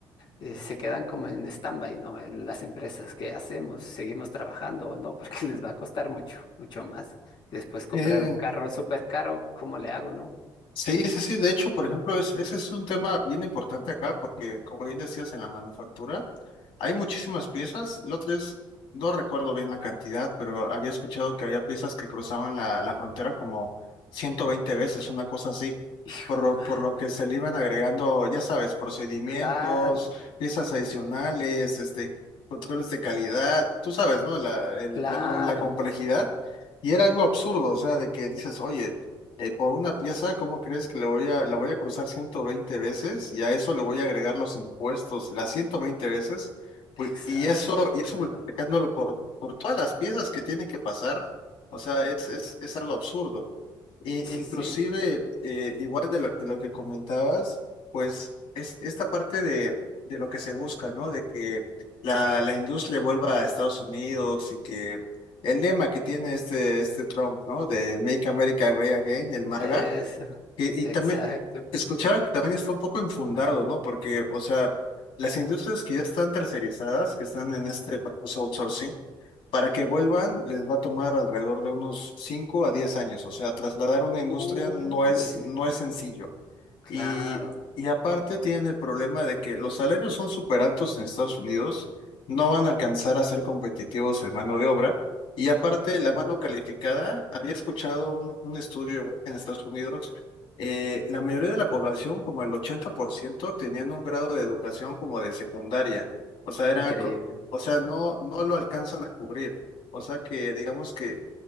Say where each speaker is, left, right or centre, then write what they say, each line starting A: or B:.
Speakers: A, on the left; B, on the left.
A: eh, se quedan como en stand-by, ¿no? El- Las empresas, ¿qué hacemos? ¿Seguimos trabajando o no? Porque <laughs> les va a costar mucho, mucho más. Después comprar
B: Eh,
A: un carro súper caro, ¿cómo le hago, no?
B: Sí, ese sí. De hecho, por ejemplo, es, ese es un tema bien importante acá porque, como bien decías, en la manufactura hay muchísimas piezas. La otra es, no recuerdo bien la cantidad, pero había escuchado que había piezas que cruzaban la, la frontera como 120 veces, una cosa así.
A: <laughs> Hijo
B: Por, lo-
A: de man.
B: por lo que se le iban agregando, ya sabes, procedimientos,
A: Claro,
B: piezas adicionales, este, controles de calidad, tú sabes, ¿no? La, el-
A: claro.
B: la, com- la complejidad. Y era algo absurdo, o sea, de que dices, oye, eh, por una pieza, ¿cómo crees que le voy a, la voy a cruzar 120 veces? Y a eso le voy a agregar los impuestos, las 120 veces. Uy,
A: Exacto.
B: Y eso, y eso
A: Una
B: multiplicándolo
A: locura.
B: por, por todas las piezas que tienen que pasar. O sea, es, es, es algo absurdo. E-
A: Sí,
B: e inclusive,
A: sí.
B: eh, igual de lo, de lo que comentabas, pues es esta parte de, de lo que se busca, ¿no? De que la, la industria vuelva a Estados Unidos y que el lema que tiene este, este Trump, ¿no? De Make America Great Again, el MAGA,
A: Eso.
B: que- y
A: Exacto.
B: también escuchaba que también está un poco infundado, ¿no? Porque, o sea, las industrias que ya están tercerizadas, que están en este famoso outsourcing, para que vuelvan les va a tomar alrededor de unos 5 a 10 años. O sea, trasladar una industria
A: Uy,
B: no es, no es sencillo.
A: claro.
B: Y, y aparte tienen el problema de que los salarios son súper altos en Estados Unidos, no van a alcanzar a ser competitivos en mano de obra. Y aparte, la mano calificada, había escuchado un, un estudio igual en Estados Unidos eh, la mayoría de la población, como el 80% tenían un grado de educación como de secundaria. O sea, era,
A: Increíble.
B: co- o sea, no, no lo alcanzan a cubrir. O sea que, digamos que,